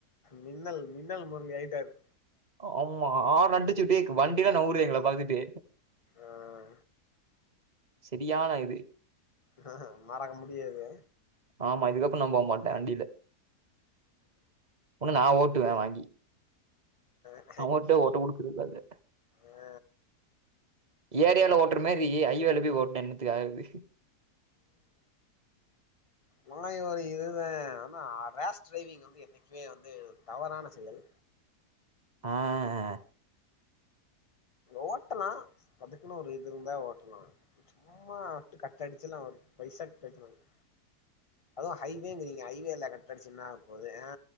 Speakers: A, on the left; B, on the right.
A: மின்னல் மின்னல் முரளி ஆய்ட்டாரு
B: ஆமா ஆரன் அடிச்சுகிட்டேக் வண்டிலா நவுரு எங்கள பாத்துட்டு
A: ஆ ஆ
B: செரியான இது
A: ஹ ஹ மறக்க முடியாது
B: ஆமா இதுக்கப்றோ நா போ மாட்டே வண்டில ஒன்னு நா ஓட்டுவே வாங்கி
A: ஆ
B: அவர்ட்ட ஓட்ட குடுக்குற கூடாது
A: அ
B: ஏரியால ஓட்ற மேரி அய்வேல போய் ஓட்னா என்னத்துக்கு ஆகுறது
A: மாயோ இதுதா ஆனா ரேஷ் டிரைவிங் வந்து என்னைக்குமே வந்து தவறான செயல்
B: ஆ ஆ
A: ஓட்டலா அதுக்குனு ஒரு இது இருந்தா ஓட்டலா சும்மா அட்டு கட்டடிச்சிலா ஒரு பைசாக்கு பிரயோஜன இல்ல அதுவு ஹைவேங்குறீங்க அய்வேல கட் அடிச்சு என்னாகபோது ஆ